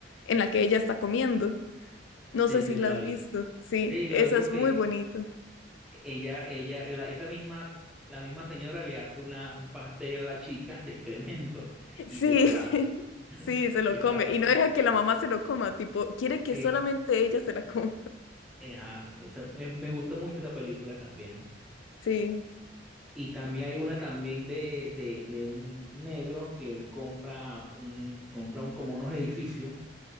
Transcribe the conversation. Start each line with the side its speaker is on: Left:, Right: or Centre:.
Left: en la que ella está comiendo. No
Centre: sí,
Left: sé si
Centre: sí, la
Left: la has
Centre: vi.
Left: visto. Sí,
Centre: Sí, la
Left: esa
Centre: vi porque
Left: es muy bonito.
Centre: ella, ella, la- esa misma, la misma señora le hace una, un pastel a la chica de excremento y
Left: Sí,
Centre: se lo da.
Left: <laughs> sí, se lo
Centre: Esa
Left: come
Centre: la-
Left: y
Centre: sí,
Left: no deja que la mamá se lo coma, tipo, quiere que
Centre: eh,
Left: solamente ella se la coma.
Centre: eh, ajá, o sea, me, me gustó mucho esa película también.
Left: Sí.
Centre: Y también hay una también de, de, de un negro que él compra un, compra un, como unos edificios